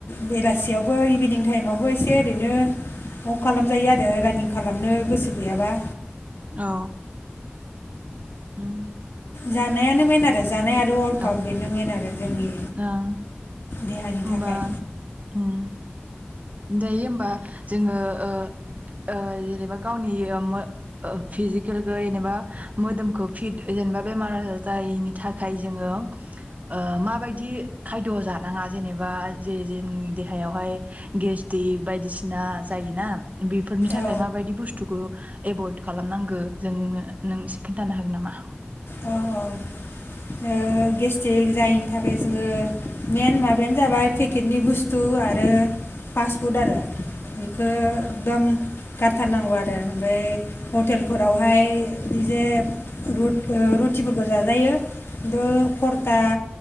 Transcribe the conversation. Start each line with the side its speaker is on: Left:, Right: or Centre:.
Left: बेलासियावबो इभिनिं टाइमावबो एसे ओरैनो अक खालामजायो आरो रानिं खालामनो गोसो गैयाबा
Right: औ ओम
Left: जानायानो मेन आरो जानाय आरो अर्कआउट
Right: ओं
Left: बेनो मेन आरो जोंनि
Right: ओं
Left: देहानि
Right: होमबा
Left: थाखाय
Right: उम दायो ओमबा जोङो ओ-ओ जेनेबा गावनि ओमो ओ फिजिक। केलखो जेनेबा मोदोमखो फिट जेनेबा बेमार-आजार जायिनि थाखाय जोङो ओ माबायदि खायद'जानाङा जेनेबा जे जोंनि देहायावहाय। गेस्टिक बायदिसिना जायोना। बिफोरनि थाखाय
Left: औ
Right: माबायदि बुस्थुखौ एभयड। खालामनांगो जोंनो नों इसे खिन्थानो हागोन नामा?
Left: औ औ ओ गेस्टिक जायिनि। थाखाय जोङो मेइन माबायानो जाबाय पेकेटनि बुस्थु आरो पास्टफुड आरो। बेखो दम। गारथारनांगौ आरो। ओमफ्राय हटेलफोराव। ओमफाय <unintelligible> रुटिफोरखौ जाजायो। दो परता।